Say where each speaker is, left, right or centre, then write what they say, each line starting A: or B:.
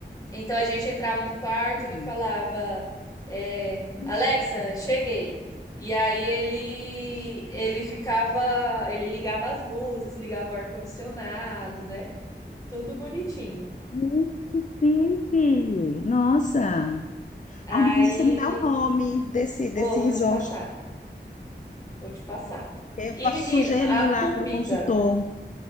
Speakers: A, on the left; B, on the left.
A: Então a gente entrava no quarto
B: Ah,
A: e falava, é, Alexa, cheguei. E aí ele ele ficava, ele ligava as luzes, ligava o ar condicionado, né? tudo bonitinho.
B: hum, que chique! Nossa!
A: Aí,
B: Ah, depois você me dá o nome desse,
A: vou,
B: desse resort.
A: vou te passar, vou te passar.
B: Eu
A: E,
B: posso
A: menina,
B: sugerir
A: a comida,
B: lá para o consultor.